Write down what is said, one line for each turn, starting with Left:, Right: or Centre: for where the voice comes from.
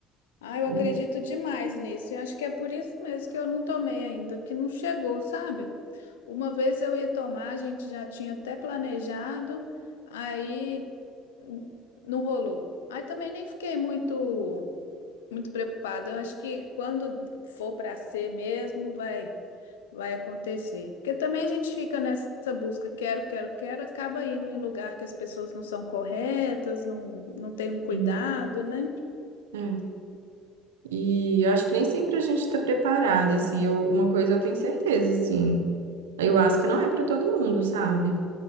Left: Ah, eu
Right: E,
Left: acredito demais nisso. E acho que é por isso mesmo que eu não tomei ainda, que não chegou, sabe? Uma vez eu ia tomar, a gente já tinha até planejado, aí n- não rolou. Aí também nem fiquei muito muito preocupada. Eu acho que quando for para ser mesmo, vai vai acontecer. Porque também a gente fica nessa busca, quero, quero, quero, acaba indo em lugar que as pessoas não são corretas, não, não tem um cuidado,
Right: e-
Left: né?
Right: é. E eu acho que nem sempre a gente está preparada, assim. Eu, uma coisa eu tenho certeza, assim. A Ayahuasca não é para todo mundo, sabe?